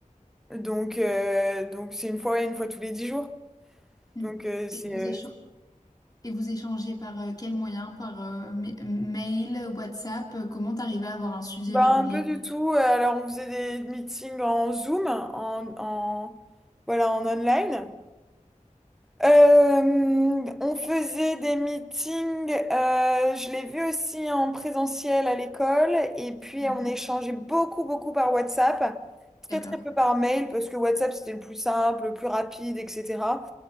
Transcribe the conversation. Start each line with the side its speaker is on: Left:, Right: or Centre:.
Centre: Donc, euh, donc c'est une fois, ouais, une fois tous les dix jours.
Left: Mm.
Centre: Donc, euh, c'est
Left: Et vos échanges
Centre: euh,
Left: Et vous échangez par euh, quel moyen? Par euh, ma- mail, WhatsApp? euh, Comment t'arrives à avoir un sujet
Centre: bah,
Left: régulier?
Centre: un peu du tout. Euh, Alors, on faisait des meetings en Zoom, en, en, voilà, en online. Euh, on faisait des meetings, euh, je l'ai vu aussi en présentiel à l'école, et puis
Left: Mhm.
Centre: on échangeait beaucoup, beaucoup par WhatsApp, très,
Left: D'accord.
Centre: très peu par mail, parce que WhatsApp c'était le plus simple, le plus rapide, etc.